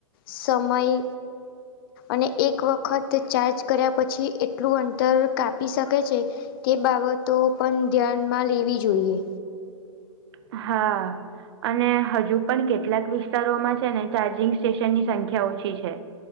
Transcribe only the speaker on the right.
હા. અને હજુ પણ કેટલાક વિસ્તારોમાં છે ને ચાર્જિંગ સ્ટેશનની સંખ્યા ઓછી છે.